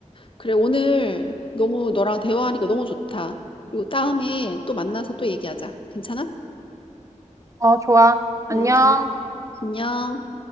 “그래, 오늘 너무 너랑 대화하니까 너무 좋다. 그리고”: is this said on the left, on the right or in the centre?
Left